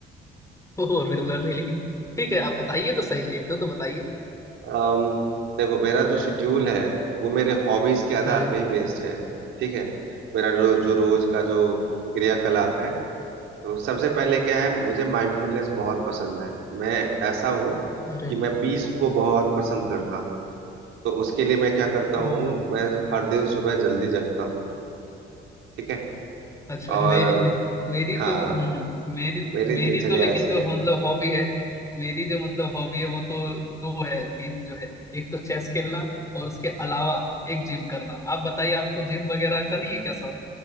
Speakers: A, on the left; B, on the right.
A: ओह रेगुलरली लेकिन ठीक है आप बताइए तो सही एक दो तो बताइए
B: अम, देखो मेरा जो शेड्यूल है वो मेरे हॉबीज के आधार
A: हाँ जी
B: पे ही बेस्ड है ठीक है मेरा जो जो रोज का जो क्रियाकलाप है तो सबसे पहले क्या है मुझे माइंडफुलनेस बहुत पसंद है मैं ऐसा हूँ
A: अरे
B: कि मैं
A: वाह
B: पीस को बहुत पसंद करता हूँ तो उसके लिए मैं क्या करता
A: ओह
B: हूँ मैं हर दिन सुबह जल्दी जगता हूँ ठीक है
A: अच्छा
B: और
A: मेरी मेरी
B: हाँ
A: तो जो हम्म, मेरी
B: मेरी
A: मेरी
B: दिनचर्या
A: तो लेकिन
B: ऐसी
A: जो
B: है
A: हो- मतलब हॉबी है मेरी जो मतलब हॉबी है वो तो दो है मेन जो है एक तो चेस खेलना और उसके अलावा एक जिम करना आप बताइए आपको जिम वगैरह का नहीं है क्या शौक